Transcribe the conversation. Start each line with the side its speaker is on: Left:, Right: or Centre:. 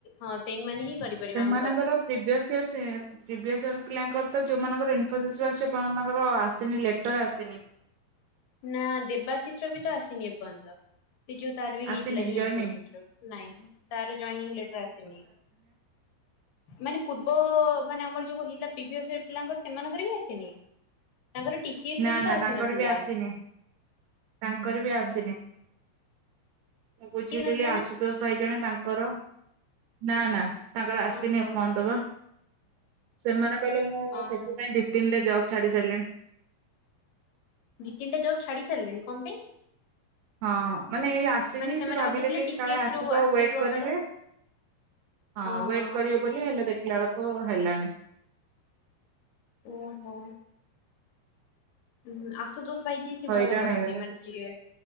Left: ହଁ ସେଇମାନେ ହିଁ କରିପାରିବା ଆମେ
Right: ମାନଙ୍କର
Left: କରିପାରିବାନି।
Right: ପ୍ରିଭିଅରସ ଇୟରସ ସେ ପ୍ରିଭିଅସ୍ ପିଲାଙ୍କର ତ ଯୋଉମାନଙ୍କର ଇନଫୋଷିସରୁ ଆସିଚି ଏପର୍ଯ୍ୟନ୍ତ ତାଙ୍କର ଆସିନି ଲେଟର ଆସିନି।
Left: ନା ଦେବାଶିସର୍ ବି ତ ଆସିନି ଏ ପର୍ଯ୍ୟନ୍ତ। ଏ ଯୋଉ ତାର ବି ହେଇଥିଲା
Right: ଆସିନି
Left: ଯୋଉ
Right: ଜଏନିଂ
Left: ଇନ୍ଫୋସିସର ନାଇଁ ତାର ଜଏନିଂ ଲେଟର ଆସିନି। ମାନେ ପୂର୍ବ ମାନେ ଆମର ଯୋଉ ହେଇଥିଲା ପ୍ରିଭିଅସ ପିଲାଙ୍କର ସେମାନଙ୍କର ବି ଆସିନି? ତାଙ୍କର ଟି ସିି ଏସ
Right: ନା
Left: ରୁ ବି
Right: ନା
Left: ତ ଆସିନଥିଲା।
Right: ତାଙ୍କର ବି ଆସିନି। ତାଙ୍କର ବି ଆସିନି। ମୁଁ ବୁଝିଥିଲି
Left: କି ନଥିଲା
Right: ଆଶୁତୋଷ
Left: ନା
Right: ଭାଇ ଜଣେ ତାଙ୍କର ନା ନା ତାଙ୍କର ଆସିନି
Left: ଓହୋ
Right: ଏପନ୍ତ ବା ସେମାନେ କହିଲେ ମୁଁ
Left: ଓହୋ।
Right: ସେଥିପାଇଁ ଦି ତିନିଟା ଜବ ଛାଡ଼ି ସାରିଲିଣି।
Left: ଦି ତିନିତା ଜବ ଛାଡ଼ି ସାରିଲେଣି କଣ ପାଇଁ?
Right: ହଁ ମାନେ ଏଇ ଆସିକି
Left: ମାନେ ସେମାନେ
Right: ସେ ଭାବିଲେ
Left: ଭାବୁଥିଲେ
Right: କି
Left: ଟିସିଏସ୍
Right: କାଳେ ଆସିବ
Left: ରୁ
Right: ୱେଟ କରିବେ
Left: କାଳେ।
Right: ହଁ
Left: ଓହୋ
Right: ୱେଟ କରିବେ ବୋଲି ହେଲେ ଦେଖିଲା ବେଳକୁ ହେଲାନି।
Left: ଓହୋ। ଉଁ ହୁଁ ଆ ଆସୁତୋଷ ଭାଇ ଯିଏ ସିଏ
Right: ହଇରାଣ
Left: ଭଲ ପଢାନ୍ତି।
Right: ହେଇଗଲେ
Left: ମାନେ ଯିଏ